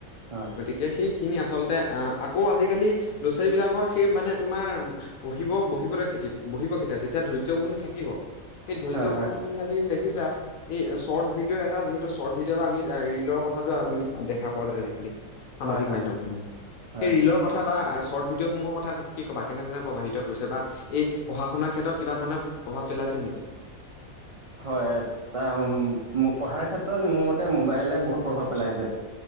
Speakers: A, on the right (about 55°); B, on the left (about 80°).
A: হয়
B: গতিকে সেই খিনি আচলতে আ, আকৌ আজিকালি ল'ৰা ছোৱালী বিলাকৰ সেই মানে তোমাৰ বহিব-বহিবলৈ খেতিপ, বহিব কেতিয়া, যেতিয়া ধৈৰ্য্য গুণটো থাকিব। সেই ধৈৰ্য্য
A: হয় হয়
B: গুণটো তুমি আজি <unintelligible> দেখিছা, এই চৰ্ট ভিডিঅ' এটা যিহেতু চৰ্ট ভিডিঅ' বা আমি আ, ৰিলৰ কথাটো আমি দেখা পোৱা যায় আজিকালি। সামাজিক
A: হয় হয়
B: মাধ্যমসমূহ সেই
A: হয়
B: ৰিলৰ কথা বা আ, শ্বৰ্ট ভিডিঅ' সমূহৰ কথা, কি ক'বা, কেনেধৰণে প্ৰভাহিত ত কৈছে বা, এই পঢ়া শুনাৰ ক্ষেত্ৰত কিবা ধৰণে প্ৰভাৱ পেলাইছে নেকি?
A: হয় তাম, মো-পঢ়াৰ ক্ষেত্ৰত মোৰ মতে মোবাইলে বহুত প্ৰভাৱ পেলাইছে।